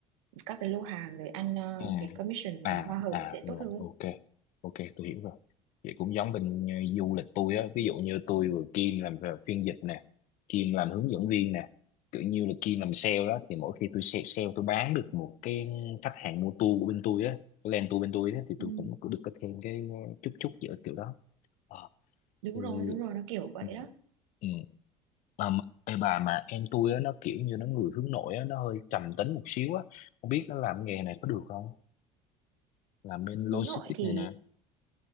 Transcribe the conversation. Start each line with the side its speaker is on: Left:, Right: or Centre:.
Right: các cái lô hàng rồi ăn ờ,
Left: Ừ.
Right: cái commission
Left: à
Right: và hoa hồng
Left: à
Right: sẽ
Left: rồi
Right: tốt hơn.
Left: ok ok tôi hiểu rồi vậy cũng giống bên ờ, du lịch tôi á ví dụ như tôi vừa Kim làm về phiên dịch nè Kim làm hướng dẫn viên nè kiểu như là Kim làm sale đó thì mỗi khi tôi sale, sale tôi bán được một cái khách hàng mua tour của bên tôi á cái land tour bên tôi á thì
Right: Ừ,
Left: tôi cũng cũng được có thêm cái ờ, chút chút giữa kiểu đó Ờ,
Right: đúng
Left: thì
Right: rồi, đúng rồi, nó kiểu vậy
Left: ừ,
Right: đó.
Left: ừ. mà mà- ê bà mà em tôi á nó kiểu như nó người hướng nội á nó hơi trầm tính một xíu á không biết nó làm nghề này có được không làm bên logistics
Right: Hướng nội thì
Left: này nè